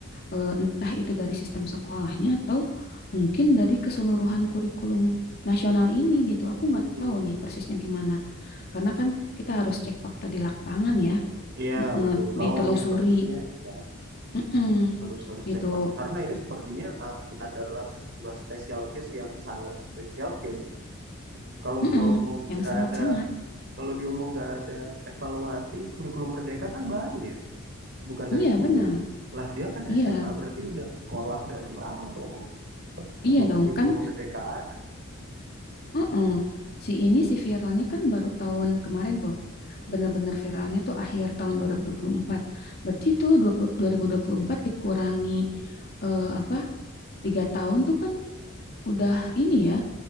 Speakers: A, on the left (about 45°); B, on the right (about 55°).
A: eh, entah itu dari sistem sekolahnya atau mungkin dari keseluruhan kurikulum nasional ini gitu. Aku nggak
B: Mm-mm,
A: tahu nih
B: mm-mm.
A: persisnya gimana. Karena kan kita harus cek fakta di lapangan ya,
B: Iya
A: Heeh,
B: betul kalau
A: ditelusuri,
B: ngomongin persisnya ya
A: Mm-mm.
B: harus harus
A: gitu,
B: cek fakta karena ini sepertinya uh, adalah sebuah special case yang sangat special case kalau
A: Mm-mm.
B: diomong
A: Yang
B: nggak
A: sangat-sangat,
B: ada kalau diomong nggak ada evaluasi kurikulum merdeka kan baru ya bukan dari
A: iya
B: dulu
A: benar,
B: ya lah dia kan
A: iya,
B: SMA berarti udah sekolah dari lama tuh sebelum
A: iya dong
B: kurikulum
A: kan
B: merdeka ada
A: Heeh. Si ini si viralnya kan baru tahun kemarin tuh. Benar-benar viralnya tuh akhir tahun 2024. Berarti tuh 20- 2024 dikurangi eh, apa? Tiga tahun tuh kan udah ini ya,